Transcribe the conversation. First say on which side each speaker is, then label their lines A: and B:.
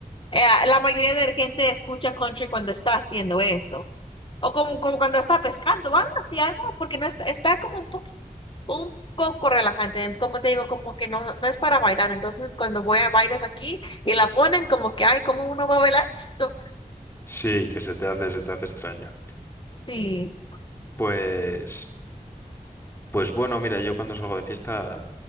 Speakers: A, on the left; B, on the left.
A: eh, la mayoría de la gente escucha country cuando está haciendo eso, o como, como cuando está pescando o algo así, algo, porque no está, está como un poco, un poco relajante, como te digo, como que no, no es para bailar, entonces cuando voy a bailes aquí y la ponen como que, ay, ¿cómo uno va a bailar esto?
B: sí, que se te hace, se te hace extraño.
A: Sí.
B: Pues Pues bueno, mira, yo cuando salgo de fiesta